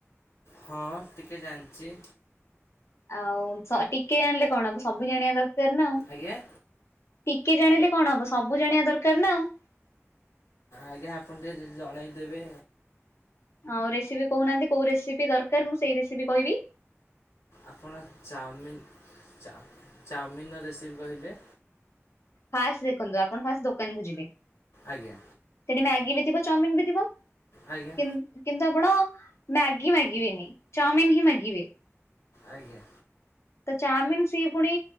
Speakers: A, on the left; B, on the left.
A: ହଁ ଟିକେ ଜାଣିଛି।
B: ଆଉ ଟିକେ ଜାଣିଲେ କଣ ହବ ସବୁ ଜାଣିବା ଦରକାର ନା ଆଉ।
A: ଆଜ୍ଞା?
B: ଟିକେ ଜାଣିଲେ କଣ ହବ ସବୁ ଜାଣିବା ଦରକାର ନା ଆଉ।
A: ଆଜ୍ଞା ଆପଣ ଟିକେ ଯ ଜଣେଇଦେବେ
B: ଆଉ ରେସିପି କହୁନାହାନ୍ତି କୋଉ ରେସିପି ଦରକାର ମୁଁ ସେଇ ରେସିପି କହିବି।
A: ଆପଣ ଚାଉମିିନ ଚା ଚାଉମିିନ ର ରେସିପି କହିଲେ?
B: ଫାଷ୍ଟ ଦେଖନ୍ତୁ ଆପଣ ଫାଷ୍ଟ ଦୋକାନକୁ ଯିବେ।
A: ଆଜ୍ଞା।
B: ସେଠି ମ୍ୟାଗି ବି ଥିବ ଚାଉମିିନ ବି ଥିବ।
A: ଆଜ୍ଞା
B: କିନ୍ତୁ ଆପଣ ମ୍ୟାଗି ମାଗିବେନି ଚାଉମିନ ହିଁ ମାଗିବେ।
A: ଆଜ୍ଞା।
B: ତ ଚାଉମିିନ ସିଏ ପୁଣି